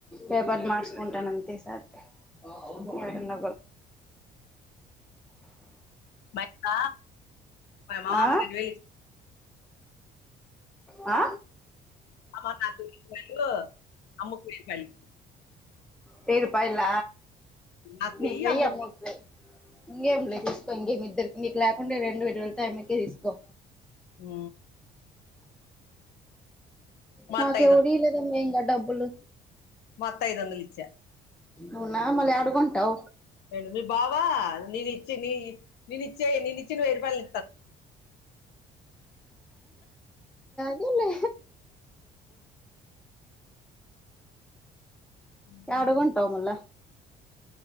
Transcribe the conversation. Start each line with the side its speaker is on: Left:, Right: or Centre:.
Centre: పేపర్ మార్చుకుంటాను, అంతే సారి కొచ్చి సౌండ్
Left: మాటన మా మామ
Centre: ఆ
Left: పండేన్ను వేయిలు
Centre: ఆ
Left: అమ్మ కు నాకు వేయిరూపాయలు, అమ్ము కి వేయిరూపాయలు,
Centre: వేయిరూపాయల
Left: నాకు
Centre: నీకు
Left: వెయ్యి
Centre: వేయి
Left: అమ్ముకు
Centre: అమ్ముకి
Left: వెయ్యి
Centre: వేయి ఇంకేమిలే తీసుకో ఇంకేమి ఇద్దరికి నీకు లేకుండా రెండు వేయిలు వెళ్తా అమ్మకే తీసుకో
Left: ఉ
Centre: మాకు
Left: అత్త
Centre: ఎవరు ఇయలేదమి ఇంకా డబ్బులు
Left: మొత్త ఐదు వందలు ఇచ్చా
Centre: అవునా మళ్ల ఏడ కొంటావ
Left: ఏంటి మీ బావా నీది ఇచ్చినీ నీనుచే నీ నిచ్చిన వెయ్యిరూపాల్
Centre: హ మ్మె
Left: ఈయనకి
Centre: ఎడకొంటావ్మళ్ళా